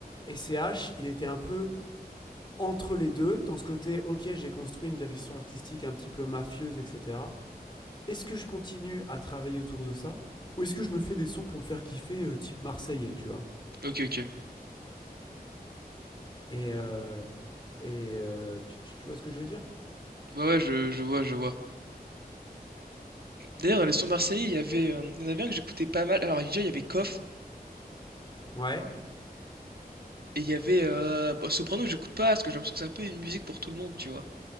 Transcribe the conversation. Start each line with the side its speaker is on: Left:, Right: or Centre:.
Left: SCH, il était un peu entre les deux, dans ce côté, ok, j'ai construit une direction artistique un petit peu mafieuse, etc. Est-ce que je continue à travailler autour de ça Ou est-ce que je me fais des sons pour me faire kiffer, euh, type marseillais, tu vois
Right: Ok, ok.
Left: Et, euh, et euh, tu, tu- tu vois ce que je veux dire
Right: Ouais, ouais, je, je vois, je vois. D'ailleurs, dans les sons marseillais, il y avait, euh, il y en avait un que j'écoutais pas mal. Alors, déjà, il y avait Koff
Left: Ouais,
Right: et il y avait euh, bon, Soprano, j'écoute pas parce que j'ai l'impression que c'est un peu une musique pour tout le monde, tu vois.